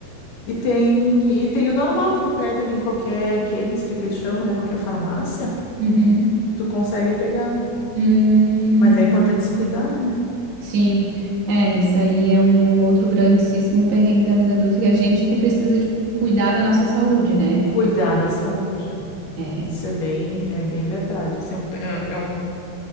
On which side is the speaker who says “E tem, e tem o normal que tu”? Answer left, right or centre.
Left